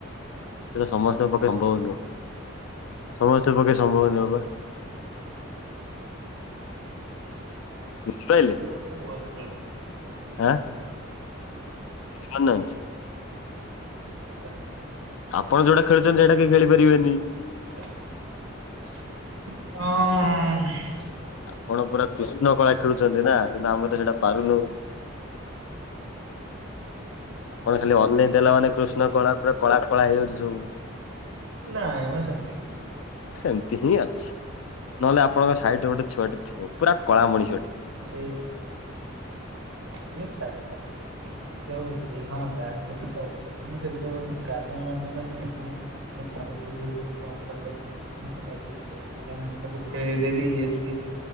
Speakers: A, on the left; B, on the right.
A: ସେଇଟା ସମସ୍ତଙ୍କ ପକ୍ଷେ ସମ୍ଭବ
B: କଣ
A: ନୁହଁ ସମସ୍ତଙ୍କ ପକ୍ଷେ ସମ୍ଭବ ନୁହଁ ପା। ବୁଝି ପାଇଲେ
B: ଏଇ ସବୁ ଭଲ ଖେଳୁଥିଲେ।
A: ଆଁ। ବୁଝି ପାରୁ ନାହାନ୍ତି।
B: <inaudible>
A: ଆପଣ ଯୋଉଟା ଖେଳୁଚନ୍ତି ସେଇଟା କେହି ଖେଳି ପାରିବେନି।
B: ହଁ।
A: ଆପଣ ପୁରା କୃଷ୍ଣ କଳା ଖେଳୁଛନ୍ତି ନା କିନ୍ତୁ ଆମେ ତ ସେଇଟା ପାରୁନୁ। ଆପଣ ଖାଲି ଅନେଇ ଦେଲା ମାନେ କୃଷ୍ଣ କଳା ପୁରା କଳା କଳା ହେଇଯାଉଛି ସବୁ।
B: ନାଇମ ସେମତି କିଛି ନାଇ।
A: ସେମିତି ହିଁ ଅଛି, ନହେଲେ ଆପଣଙ୍କ ସାଇଟ୍ ରେ ଗୋଟେ ଛୁଆଟେ ଥିବ ପୁରା କଳା ମଣିଷ ଟେ।
B: ସେଇ। ଦିଅ ଛାଡ ତା। ଯୋଉ ସେ ହଁ ତାରି କଥା ତ ସେଦିନ ସେଇଥି ପାଇଁ ଆଉ ଗାଲୁ ମାରି ଦେଲନି ଆଉ ନାଇଁ। ମୁଁ ଖାଉ ଥିଲି ସେ କଣ କହିଲା କି ନା। ନାହିଁ ସେଟା ସେ ଦେଇ ଥିଲା ମୁଁ ତାକୁ ଫେରେଇ ଦେଲି ଇଏ ସିଏ।